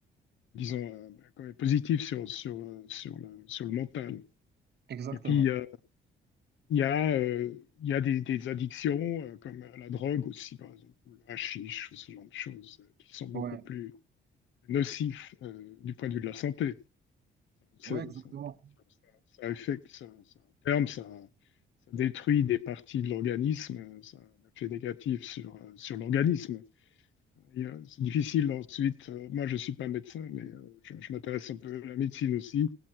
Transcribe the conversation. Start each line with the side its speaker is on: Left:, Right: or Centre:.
Left: disons, euh, ben, quand même positif sur, sur, euh, sur le, sur le mental.
Right: Exactement.
Left: Et puis, il y a, il y a, euh, il y a des, des addictions, euh, comme la drogue aussi, par exemple, ou le hashish, ou ce genre de choses, euh, qui sont beaucoup
Right: Ouais.
Left: plus nocifs euh, du point de vue de la santé. C'est-
Right: Ouais, exactement.
Left: c'est- ça, ça affecte, ça, ça terme, ça, ça détruit des parties de l'organisme, euh, ça a un effet négatif sur, euh, sur l'organisme. Et, euh, c'est difficile ensuite. euh, moi, je suis pas médecin, mais euh, je, je m'intéresse un peu à la médecine aussi.